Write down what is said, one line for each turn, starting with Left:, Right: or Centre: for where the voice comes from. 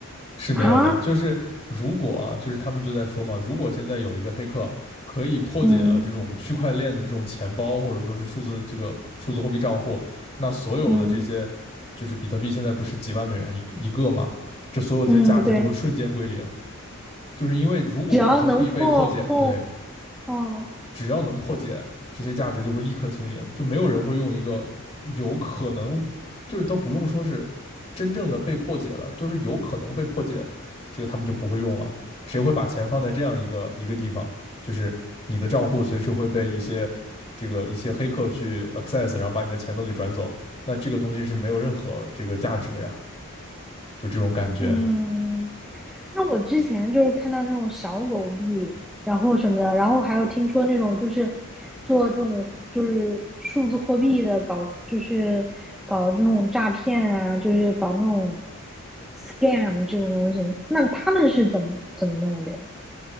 Left: 是没有的，
Centre: 啊，
Left: 就是如果啊，就是他们就在说嘛，如果现在有一个黑客可以破解了这种区块链的这种钱包，
Centre: 嗯
Left: 或者说是数字这个数字货币账户，那所有的这些
Centre: 嗯
Left: 就是比特币现在不是几万美元一一个嘛，这所有这些价值都会瞬间归零，
Centre: 嗯，对，
Left: 就是因为如果比特币被破解，
Centre: 只要能破破，
Left: 对，
Centre: 哦
Left: 只要能破解这些价值，就会立刻清零，就没有人会用一个有可能，就是都不用说是真正的被破解了，就是有可能被破解，这个他们就不会用了。谁会把钱放在这样一个一个地方？就是你的账户随时会被一些这个一些黑客去 access，然后把你的钱都给转走，那这个东西是没有任何这个价值的呀，就这种感觉。
Centre: 嗯，那我之前就是看到那种小狗币，然后什么的，然后还有听说那种就是做这种就是数字货币的搞，就是搞这种诈骗啊，就是搞那种 scam 这种东西，那他们是怎么怎么弄的呀？